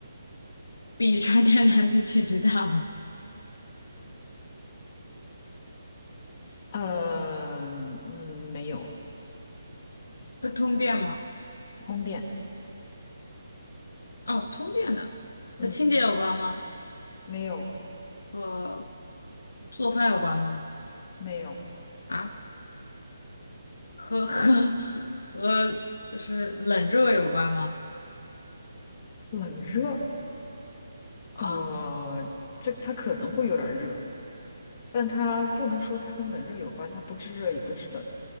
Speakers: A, on the left (about 85°); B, on the left (about 30°).
A: 比成年男子体积大吗？
B: 呃，嗯，没有，
A: 会通电吗？
B: 通电。
A: 哦，通电的，
B: 嗯。
A: 和清洁有关吗？
B: 没有
A: 和做饭有关吗？
B: 没有
A: 啊，和和和就是冷热有关吗？
B: 冷热，呃，
A: 啊，哦
B: 这它可能会有点儿热，但它不能说它跟冷热有关，它不制热也不制冷，